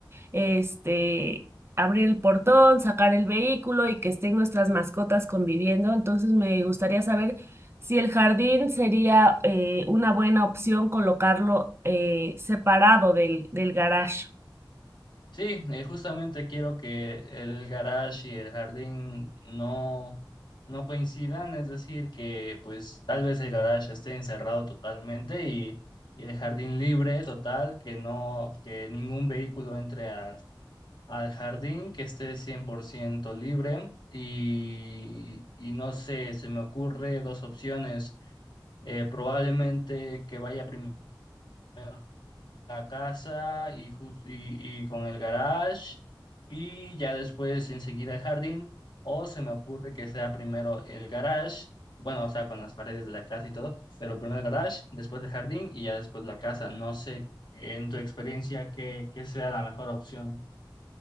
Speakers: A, on the right; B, on the left.
A: este, abrir el portón, sacar el vehículo y que estén nuestras mascotas conviviendo. Entonces me gustaría saber si el jardín sería eh, una buena opción colocarlo eh, separado del, del garage.
B: Sí, eh, justamente quiero que el garage y el jardín no, no coincidan, es decir, que pues tal vez el garage esté encerrado totalmente y y el jardín libre total, que no, que ningún vehículo entre a al jardín, que esté 100% libre y, y no sé, se me ocurre dos opciones. Eh, probablemente que vaya primero a la casa y, jus- y, y con el garage y ya después enseguida el jardín. O se me ocurre que sea primero el garage, bueno, o sea, con las paredes de la casa y todo, pero primero el garage, después el jardín y ya después la casa. No sé, en tu experiencia, qué, qué sea la mejor opción.